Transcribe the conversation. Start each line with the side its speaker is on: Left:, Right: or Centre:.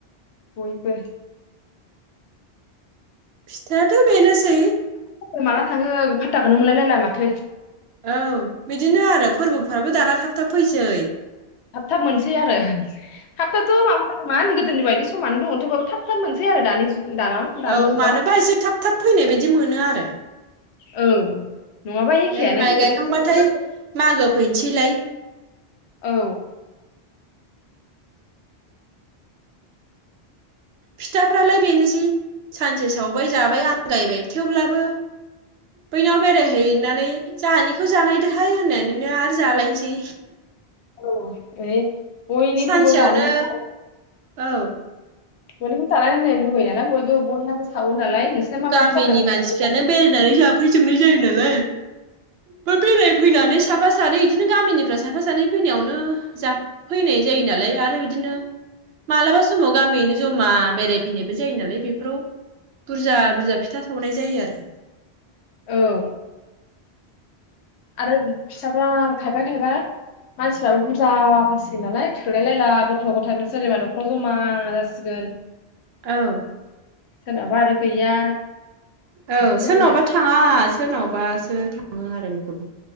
Left: बयबो।
Right: फिथायाथ' बेनोसै।
Left: ओ माला थाङो फाथाखौनो मोनलायलायलाय माथो।
Right: औ बिदिनो आरो फोरबोफ्राबो दाना थाब थाब फैसै।
Left: थाब थाब मोनसै आरो थाबथाथ' माबाफोरा गोदोनि बायदि समानै दङ थेवबाबो थाब थाब मोनसै आरो दानि जुग दानाव दानि
Right: औ
Left: जुगाव
Right: मानोबा एसे थाब थाब फैनाय बायदि मोनो आरो।
Left: औ नङाबा एखेयानो
Right: नै माइ
Left: बे बोथोर
Right: गायखांबाथाय
Left: बोथोर
Right: मागो फैनोसै लाय
Left: औ
Right: फिथाफ्रालाय बेनोसै सानसे सावबाय जाबाय आंगायबाय थेवब्लाबो बैनाव बेरायहैनानै जोंहानिखौ जानायदोहाय होननानैनो आरो जालायनोसै।
Left: औ एउ। बयनिखौबो
Right: सानसेयावनो
Left: जानो <unintelligible>
Right: औ
Left: बयखौबो थानाय लुबै ना बयबो बयहाबो साव नालाय। नोंसोरना माबायदि
Right: गामिनि मानसिफ्रानो
Left: जादों
Right: बेरायनानै जाफैजोबनाय जायो नालाय। बा बेरायफैनानै साफा सानै बिदिनो गामिनिफ्राय साफा सानै फैनायावनो जा फैनाय जायो नालाय आरो बिदिनो मालाबा समाव गामियैनो जमा बेरायफैनायबो जायो नालाय बेफोराव बुरजा बुरजा फिथा सावनाय जायो आरो।
Left: औ आरो फिसाफ्रा खायफा खायफा मानसिफ्राबो बुरजा फैसिगोन नालाय थोलाय लायला गथ' गथायफोर सोरनिबा न'खराव जमा जासिगोन।
Right: औ।
Left: सोरनाबा आरो गैया।
Right: औ
Left: बिदि जायो
Right: सोरनावबा थाङा सोरनावबा। ओ थाङो आरो बेखौबो।